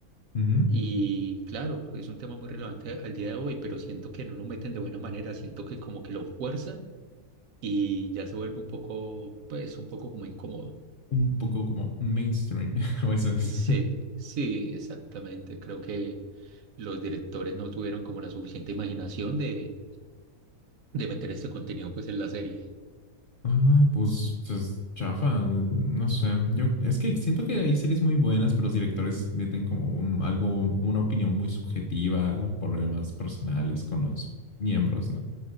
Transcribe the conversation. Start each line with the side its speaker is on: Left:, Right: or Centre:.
Left: Ujú.
Right: Y claro, es un tema muy relevante al día de hoy, pero siento que no lo meten de buena manera, siento que como que lo fuerzan y ya se vuelve un poco, pues, un poco como incómodo.
Left: Un poco como mainstream, <laughs> o eso dice.
Right: Sí, sí, exactamente. Creo que los directores no tuvieron como la suficiente imaginación de, de meter este contenido pues en la serie.
Left: Ah, pues es chafa, no sé. Yo es que siento que hay series muy buenas, pero los directores meten como un- algo, una opinión muy subjetiva, problemas personales con los miembros, ¿no?